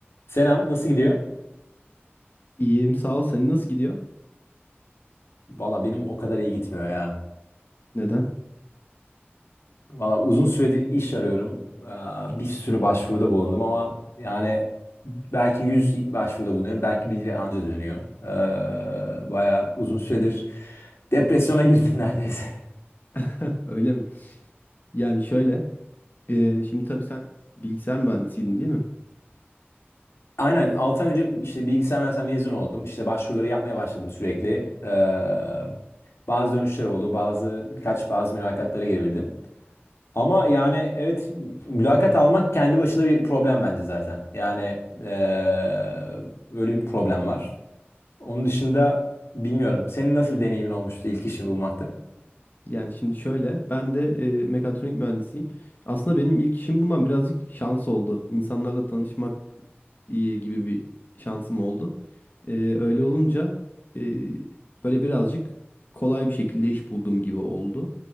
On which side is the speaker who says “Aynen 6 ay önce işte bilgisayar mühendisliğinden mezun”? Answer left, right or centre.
Left